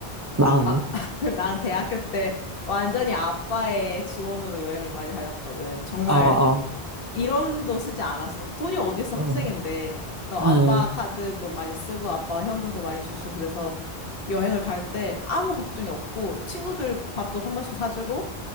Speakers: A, on the right; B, on the left.
A: 마음이?
B: 나, <laughs> 난 대학교 때 완전히 아빠의 지원으로 여행을 많이 다녔거든. 정말
A: 어, 어,
B: 1원도 쓰지 않았어. 돈이 어딨어, 학생인데.
A: 음,
B: 그래서 아빠
A: 음,
B: 카드도 많이 쓰고, 아빠가 현금도 많이 주시고, 그래서 여행을 갈 때 아무 걱정이 없고, 친구들 밥도 한 번씩 사주고,